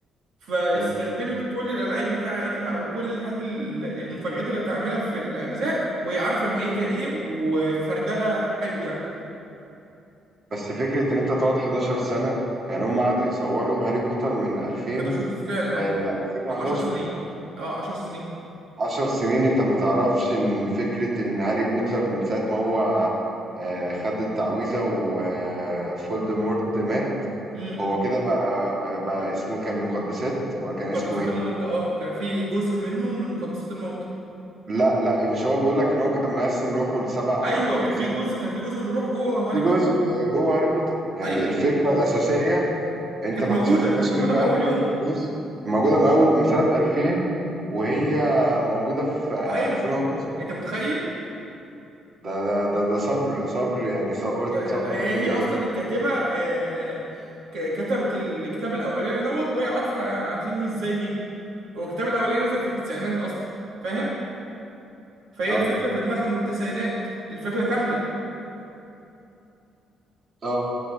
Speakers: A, on the right; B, on the right.
A: فاستخدمت
B: مم.
A: كل الألعاب بتاعتها أو كل الحاجات ال- المفاجآت اللي هتعملها في الأجزاء وهي عارفة نهايتها إيه وفردلها حلو يعني
B: بس فكره ان انت تقعد 11 سنه يعني هم قعدوا يصوروا هاري بوتر من 2000
A: 11 فعلا
B: ال
A: أه
B: 2011
A: بتاع 10 سنين أه 10 سنين
B: 10 سنين انت ما تعرفش ان فكرة ان هاري بوتر من ساعة ما هو آه، خد التعويذة وفولدمورت مات
A: امم
B: هو كده بقى آه، بقى اسمه إيه، كان المقدسات ولا كان
A: مقدسات
B: اسمه ايه؟
A: الموت أه كان في جزء منه من مقدسات الموت
B: لا لا مش هو بيقول لك ان هو كان مقسم روحه لسبع
A: أيوه
B: اجزاء
A: كان في جزء كان في جزء من روحه جوه هاري
B: في
A: بوتر
B: جزء آه، جوه هاري بوتر يعني
A: أيوه
B: الفكرة الأساسية انت
A: كانت
B: ما
A: موجودة
B: اكتشفتهاش
A: كانت موجودة
B: غير في
A: من أول
B: آخر
A: يوم
B: جزء موجودة من اول من سنة 2000 وهي موجودة في آه،
A: أيوه
B: 2011
A: أنت متخيل
B: ده ده ده ده صبر صبر يعني صبر
A: هي
B: صبر
A: هي
B: جامد
A: اصلا الكاتبه آه، ك- كتبت الكتاب الاولاني دوت وهي عارفه هتنهي ازاي بيه هو الكتاب الاولاني نزل في التسعينات اصلا فاهم فهي
B: اه
A: الفكره في دماغها من التسعينات الفكره كامله
B: اه